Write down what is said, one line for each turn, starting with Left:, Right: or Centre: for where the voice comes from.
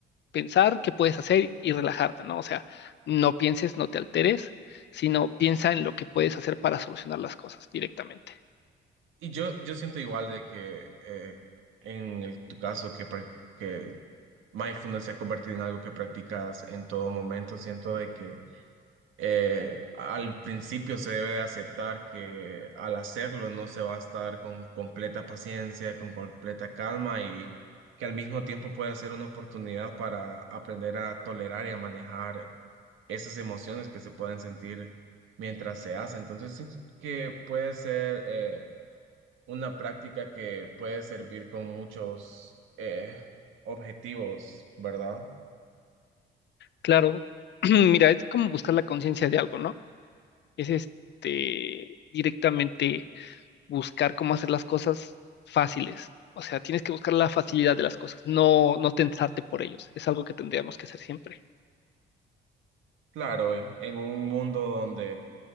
Left: pensar qué puedes hacer y relajarte, ¿no? O sea, no pienses, no te alteres, sino piensa en lo que puedes hacer para solucionar las cosas directamente.
Right: Y yo, yo siento igual de que eh, en el- tu caso que, prac- que mindfulness se ha convertido en algo que practicas en todo momento, siento de que eh, al principio se debe de aceptar que al hacerlo no se va a estar con completa paciencia, con completa calma y que al mismo tiempo puede ser una oportunidad para aprender a tolerar y a manejar esas emociones que se pueden sentir mientras se hace. Entonces, siento que puede ser eh, una práctica que puede servir con muchos eh, objetivos, ¿verdad?
Left: Claro, <clears throat> mira, es como buscar la conciencia de algo, ¿no? Es este directamente buscar cómo hacer las cosas fáciles. O sea, tienes que buscar la facilidad de las cosas, no, no tensarte por ellos. Es algo que tendríamos que hacer siempre.
Right: Claro, en un mundo donde